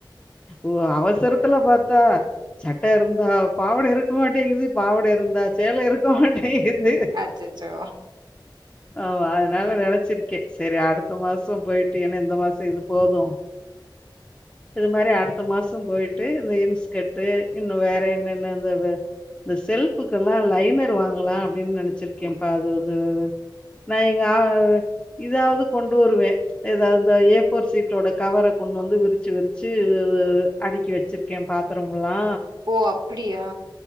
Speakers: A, on the left (about 15°); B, on the right (about 55°).
A: ஒரு அவசர த்துல பாத்தா சட்ட இருந்தா பாவட இருக்க மாட்டேங்குது பாவட இருந்தா சேல இருக்க மாட்டேங்குது
B: அச்சச்சோ
A: ஆமா அதனால நெனச்சிருக்கே சேரி அடுத்த மாசோ போயிட்டு ஏனா எந்த மாசோ இது போது
B: <inaudible>
A: இது மாரி அடுத்த மாசோ போய்ட்டு இந்த இன்ஸ்கட்டு இன்னு வேற என்னென்ன இந்த இந்த செல்ஃபுக்கெல்லா லைனர் வாங்கலா அப்டின் நெனச்சிருக்கேப்பா அது வந்து நா எங்கா இதாவது கொண்டு வருவே ஏதாவது ஏ போர் சீட்டோட கவர கொண்டு வந்து விரிச்சு விரிச்சு அடுக்கி வச்சிருக்கே பாத்தரம் புல்லா
B: ஓ அப்படியா